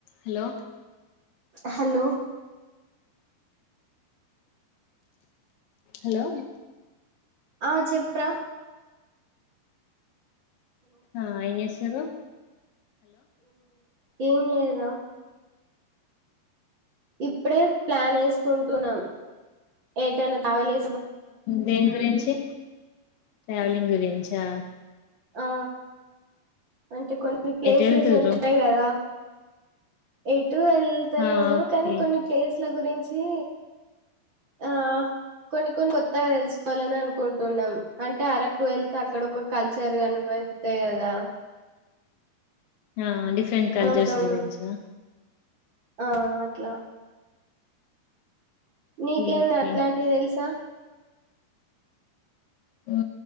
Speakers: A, on the left; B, on the right.
A: Hello
B: hello
A: hello
B: ఆ చెప్రా
A: ఆ ఏం చెస్తున్నావ్ హలో
B: ఏమ్ లే లేదా ఇప్పుడే ప్లాన్ యెసుకుంటున్నాం ఏటైనా తగాలే
A: దేని గురించి ట్రావెలింగ్ గురించా
B: ఆ అంటే కొన్ని ప్లేసెస్
A: ఎటు వెళ్తుర్రు
B: ఉంటాయి గదా యైట్ ఎటూ ఎల్తలేము
A: ఆ ఓకే
B: కానీ కొన్ని ప్లేస్ల గురించి చీ ఆ కొన్ని కొన్ని కొత్తగా తెలుసుకోవాలని అనుకుంటున్నాం అంటే అరకు వెళ్తే అక్కడ ఒక కల్చ అంతే కదా
A: ఆ డిస్ ట్రెండ్ కల్చర్స్
B: అక్కడ మొత్తం
A: గురించా
B: ఆ అట్లా నీకేమి
A: ఓకే ఓకే
B: అట్లాంటివి తెలుసా
A: ఆ